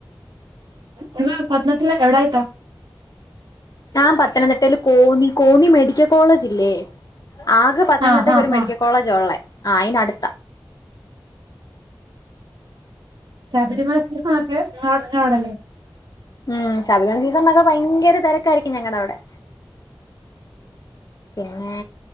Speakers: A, on the right (about 70°); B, on the left (about 50°).
A: ങ്ങ പത്തനംതിട്ട എവ്ടായിട്ടാ
B: ഞാൻ പത്തനന്തിട്ടേല് കോന്നി കോന്നി മെഡിക്ക കോളേജ് ഇല്ലേ ആകെ പത്തനന്തിട്ടക്ക്
A: ആഹ് ആഹ്
B: ഒരു മെഡിക്കൽ
A: ആഹ്
B: കോളേജാ ഒള്ളേ ആഹ് അയിന്ടുത്ത
A: ശബരിമല സീസണൊക്കെ ആണല്ലേ.
B: ഉം ശബരിമല സീസണൊക്കെ ഭയങ്കര തിരക്കായിരിക്കും ഞങ്ങളുടെ അവിടെ. പിന്നെ